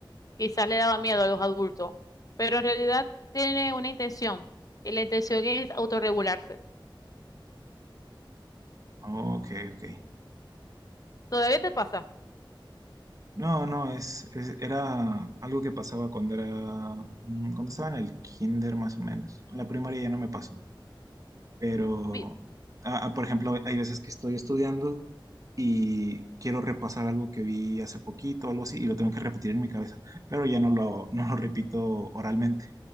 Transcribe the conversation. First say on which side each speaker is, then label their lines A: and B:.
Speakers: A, on the left; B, on the right.
A: Quizás le daba miedo a los adultos, pero en realidad tiene una intención y la intención es autorregularse.
B: Oh, ok, ok.
A: ¿Todavía te pasa?
B: No, no, es, es- era algo que pasaba cuando era, mm, cuando estaba en el kinder más o menos. En la primaria ya no me pasó, pero,
A: Vi-
B: ah, ah, por ejemplo, hay veces que estoy estudiando y quiero repasar algo que vi hace poquito, algo así, y lo tengo que repetir en mi cabeza, pero ya no lo, no lo repito oralmente.